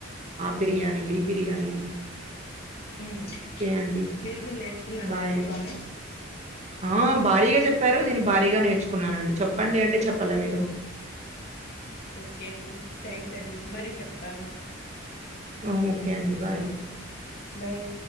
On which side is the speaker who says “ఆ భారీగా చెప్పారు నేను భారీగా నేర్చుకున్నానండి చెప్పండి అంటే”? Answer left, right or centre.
Right